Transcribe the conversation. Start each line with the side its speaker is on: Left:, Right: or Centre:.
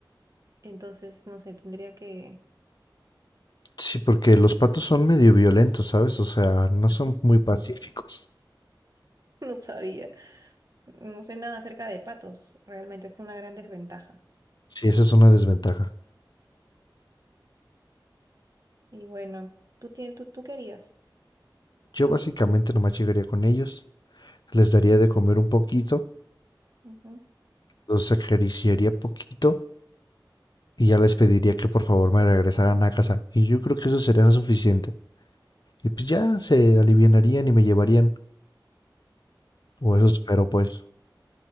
Right: entonces, no sé, tendría que
Left: Sí, porque los patos son medio violentos, ¿sabes? O sea, no
Right: ¿Así?
Left: son muy
Right: <laughs>
Left: pacíficos.
Right: No sabía. No sé nada acerca de patos. Realmente es una gran desventaja.
Left: Sí, esa es una desventaja.
Right: Y bueno, tú tienes, tú, tú querías.
Left: Yo básicamente nomás llegaría con ellos, les daría de comer un poquito
Right: Ujú.
Left: los acariciaría poquito y ya les pediría que por favor me regresaran a casa. Y yo creo que eso sería suficiente. Y pues ya se alivianarían y me llevarían. O eso espero, pues.